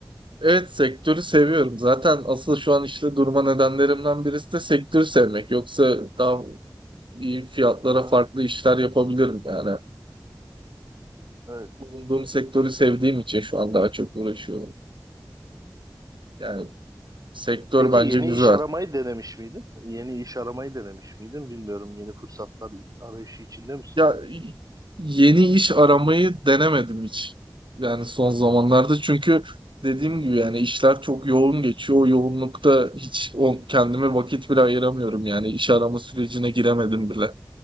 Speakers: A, on the right; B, on the right.
A: evet sektörü seviyorum. Zaten asıl şu an işte durma nedenlerimden birisi de sektörü sevmek. Yoksa daha iyi fiyatlara
B: Hı hı.
A: farklı işler yapabilirim yani.
B: Evet.
A: bulunduğum sektörü sevdiğim için şu an daha çok uğraşıyorum. Yani sektör
B: Peki
A: bence
B: yeni
A: güzel.
B: iş aramayı denemiş miydin? Yeni iş aramayı denemiş miydin? Bilmiyorum. Yeni fırsatlar arayışı içinde misin?
A: Ya yeni iş aramayı denemedim hiç. Yani son zamanlarda çünkü dediğim gibi yani işler çok yoğun geçiyor. O yoğunlukta hiç o, kendime vakit bile ayıramıyorum yani iş arama sürecine giremedim bile.